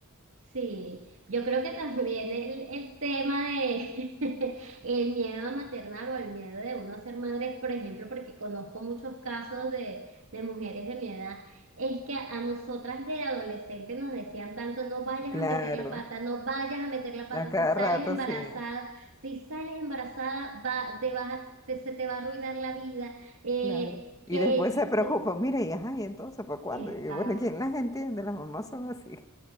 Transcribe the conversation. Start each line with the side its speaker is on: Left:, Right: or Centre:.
Right: Sí, yo creo que también el, el tema de <laughs> el miedo a maternar o el miedo de uno a ser madre, por ejemplo, porque conozco muchos casos de, de mujeres de mi edad, es que a nosotras de adolescentes nos decían tanto, no vayas
Left: Claro.
Right: a meter la pata, no vayas a meter la pata,
Left: A
Right: si
Left: cada
Right: sales
Left: rato,
Right: embarazada,
Left: sí,
Right: si sales embarazada, va, te vas a- te- se te va a arruinar la vida, eh,
Left: claro.
Right: que...
Left: Y después se preocupan,
Right: se-
Left: mire, y ajá, y entonces, ¿para cuándo?
Right: Exacto.
Left: Y bueno, ¿quién las entiende? Las mamás son así,